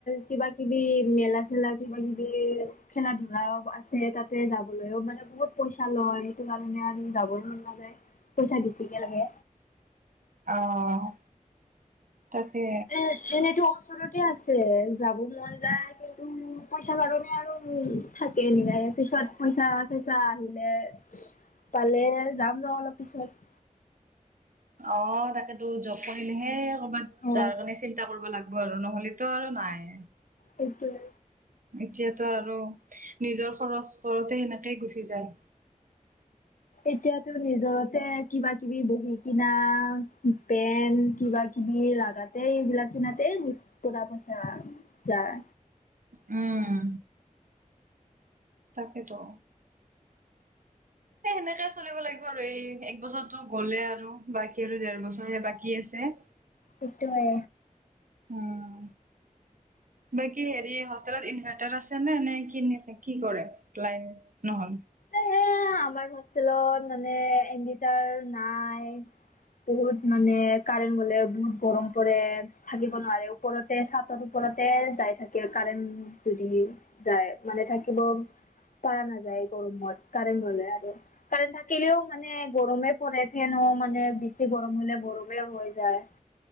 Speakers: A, on the left (about 75°); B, on the right (about 80°).
A: কিবা কিবি মেলা- খেলা কিবাকিবি খেলা ধূলাও আছে তাতে যাবলৈও মানে বহুত- পইচা লয় সেইটো কাৰণে আৰু যাবোও মন নাযায়, পইচা বেছিকে লাগে।
B: অহ, তাকে।
A: এ এনেতো ওচৰতে আছে যাব মন যায় কিন্তু পইচা কাৰণে আৰু- থাকে নিবাই পিছত পইচা চইচা আহিলে- পালে যাম ৰ অলপ পিছত।
B: অ তাকেতো জব কৰিলেহে কৰবাত
A: অ
B: যোৱাৰ কাৰণে চিন্তা কৰিব লাগিব- আৰু নহ'লেতো আৰু নাই।
A: সেইটোৱে।
B: এতিয়াতো আৰু নিজৰ খৰচ পৰতে সেনেকেই গুচি যায়।
A: এতিয়াতো নিজৰতে কিবা কিবি বহী কিনা পেন কিবা কিবি- কিবি লগাতে এইবিলাক কিনাতে পইচা যায়।
B: উম। তাকেতো। এই সেনেকে চলিব লাগিব আৰু এই এক বছৰটো গ'লেই আৰু বাকী আৰু দেৰ বছৰহে বাকী আছে।
A: সেইটোৱে।
B: উম, বাকী হেৰি হোষ্টেলত ইনভাৰ্টাৰ আছে নে নে কি কি কৰে? লাইন নহ'লে।
A: এ আমাৰ হোষ্টেলত মানে এনভেটাৰ নাই। বহুত মানে কাৰেণ্ট গলে বহুত গৰম পৰে। থাকিব নোৱাৰে ওপৰতে চাদৰ ওপৰতে যাই থাকে- কাৰেণ্ট যদি যায় মানে থাকিব পাৰা নাযায়। গৰমত কাৰেণ্ট গ'লে আৰু। কাৰেণ থাকিলেও মানে গৰমে পৰে, ফেনো মানে বেছি গৰম হ'লে গৰমে হৈ যায়।